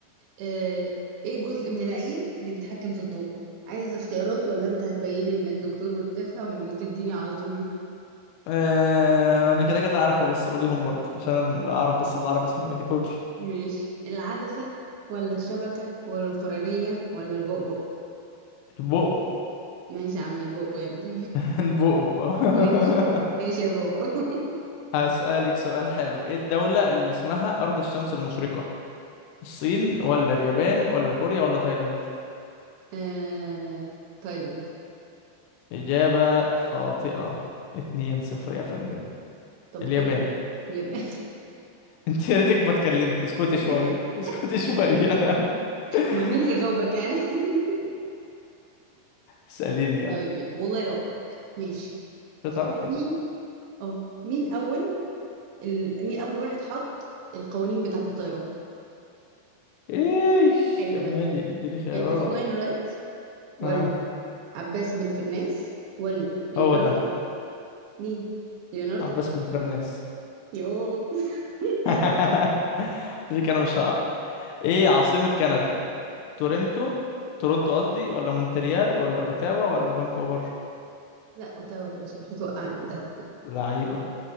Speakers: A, on the right; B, on the left.
A: آه، ايه الجزء من العين اللي بيتحكم في الضوء عايز اختيارات ولا انت هتبين لي انك دكتور وتفهم وتديني على طول
B: اه انا كده كده عارفه بس قوليهم برضه عشان انا لا اعرف بس بالعربي اسمه ايه قولي
A: ماشي العدسة ولا الشبكة ولا القرنية ولا البؤبؤ
B: البؤبؤ
A: ماشي يا عم البؤبؤ انت
B: <laughs> البؤبؤ
A: <laughs> ماشي
B: <laughs>
A: ماشي يا بابا <laughs>
B: هسألك سؤال حلو ايه الدولة اللي اسمها أرض الشمس المشرقة الصين ولا اليابان ولا كوريا ولا تايلاند
A: آه... تايلاند
B: إجابة خاطئة اتنين صفر يا فندم
A: طب
B: اليابان
A: كوريا اليابان
B: <laughs> انت يا ريتك ما اتكلمتي اسكتي
A: <laughs>
B: شوية اسكتي شوية <laughs> <laughs>
A: امال مين هيجاوبك يعني <laughs>
B: اسأليني يلا
A: طيب والله لو وقعك ماشي
B: مش هتعرفي
A: مين اه مين اول ال... مين أول واحد حط القوانين بتاعة الطيران
B: ايش
A: ايوه
B: كملي
A: بقى
B: اديني خيارات
A: الإخوان رايت ولا
B: ها
A: عباس بن فرناس ولا ليوناردو
B: هو ده
A: مين ليوناردو
B: عباس بن فرناس
A: يوه <laughs>
B: <laughs>
A: ايوه
B: قلت لك انا مش هقع ايه عاصمة كندا تورنتو تورنتو قصدي ولا مونتريال ولا اوتاوا ولا فانكوفر
A: لا اوتاوا يا باشا مش هتوقعني ده
B: لعيبة